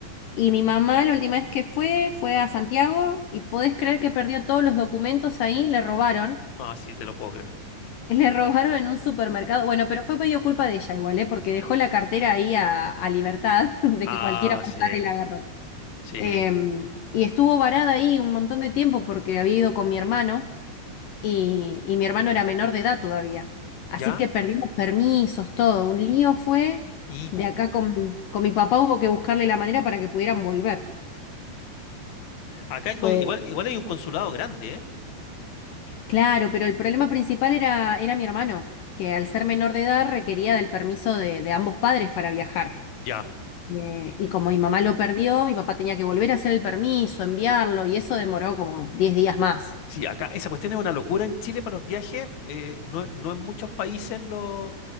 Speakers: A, on the left (about 75°); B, on the left (about 60°).
A: Y mi mamá la última vez que fue, fue a Santiago y podés creer que perdió todos los documentos ahí, le robaron.
B: Ah,
A: <laughs>
B: sí, te lo puedo creer.
A: Le robaron en un supermercado. Bueno, pero fue medio culpa de ella igual, ¿eh? Porque dejó la cartera ahí a, a libertad <laughs> de
B: Ah,
A: que cualquiera pasara
B: sí.
A: y la agarrara.
B: Sí,
A: Em, y estuvo varada ahí un montón de tiempo porque había ido con mi hermano y, y mi hermano era menor de edad todavía. Así
B: ya,
A: que perdí los permisos, todo. Un lío fue.
B: y
A: De
B: po.
A: acá con, con mi papá hubo que buscarle la manera para que pudieran volver.
B: Acá hay con-
A: Fue.
B: igual, igual hay un consulado grande, ¿eh?
A: Claro, pero el problema principal era, era mi hermano, que al ser menor de edad requería del permiso de, de ambos padres para viajar.
B: Ya.
A: Eh, y como mi mamá lo perdió, mi papá tenía que volver a hacer el permiso, enviarlo, y eso demoró como 10 días más.
B: Sí, acá esa cuestión es una locura en Chile para los viajes. eh, no, no en muchos países los,